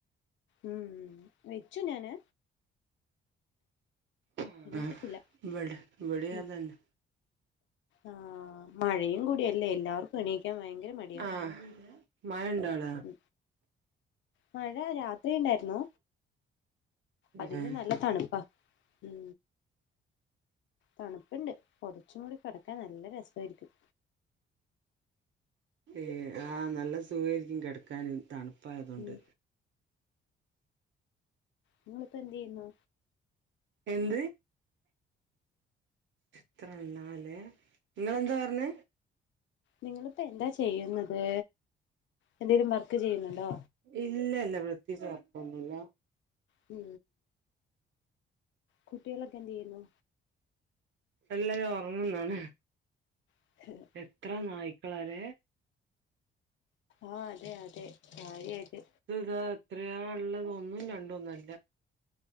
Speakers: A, on the left (about 70°); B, on the right (about 70°).
A: മ് വെച്ചു ഞാന്
B: അല്ലാഹ്
A: എണീറ്റിട്ടില്ല
B: വടെ വെടി
A: ഉം
B: അതന്നെ
A: ആഹ് മഴയും കൂടി അല്ലേ എല്ലാവർക്കും എണീക്കാൻ ഭയങ്കര മ
B: ആഹ് മായണ്ടോടെ
A: ഉം മഴ രാത്രിണ്ടായിരുന്നു അതിന്റെ
B: ഏഹ്
A: നല്ല തണുപ്പാ മ് തണുപ്പുണ്ട് പൊതച്ച് മൂടി കെടക്കാൻ നല്ല രസായിരിക്കും
B: ഏ ആഹ് നല്ല സുഖയിരിക്കും കെടക്കാൻ തണുപ്പായതോണ്ട്
A: ഉം നിങ്ങളിപ്പോ എന്തേയ്യുന്നു
B: എന്ത്? എത്രണ്ണല്ലേ ങ്ങളെന്താ പറഞ്ഞ
A: നിങ്ങളിപ്പോ എന്താ ചെയ്യുന്നത് എന്തെലും വർക്ക് ചെയ്യുന്നുണ്ടോ
B: ഇല്ല ല്ല പ്രതേയ്ച് വർക്കൊന്നുല്ല
A: മ് കുട്ട്യാളൊക്കെ എന്തേയ്യുന്നു
B: എല്ലരും ഒർങ്ന്ന്
A: <inaudible>
B: എത്ര നായ്ക്കളാലേ
A: ആഹ് അതെ അതെ കാര്യയായിട്ട്
B: താ എത്രയാള്ള ഒന്നും രണ്ടൊന്നുല്ല